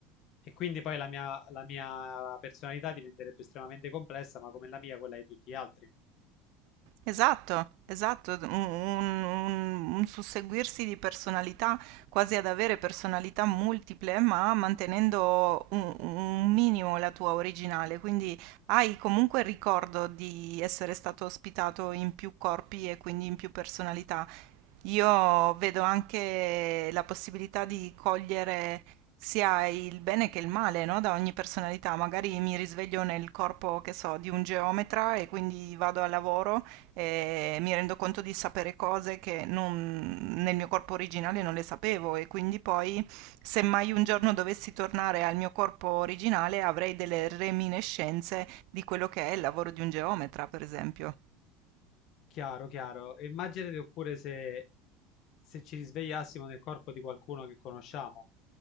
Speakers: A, on the left; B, on the right.
A: E quindi poi la mia, la mia personalità diventerebbe estremamente complessa, ma come la mia, quella di tutti gli altri.
B: Esatto, esatto, un, un- un- un susseguirsi di personalità, quasi ad avere personalità multiple, ma mantenendo un, un minimo la tua originale. Quindi hai comunque il ricordo di essere stato ospitato in più corpi e quindi in più personalità. Io vedo anche la possibilità di cogliere sia il bene che il male, no? Da ogni personalità. Magari mi risveglio nel corpo, che so, di un geometra e quindi vado al lavoro eh, mi rendo conto di sapere cose che non- nel mio corpo originale non le sapevo e quindi poi se mai un giorno dovessi tornare al mio corpo originale avrei delle reminiscenze di quello che è il lavoro di un geometra, per esempio.
A: Chiaro, chiaro. E Immaginate oppure se, se ci risvegliassimo nel corpo di qualcuno che conosciamo,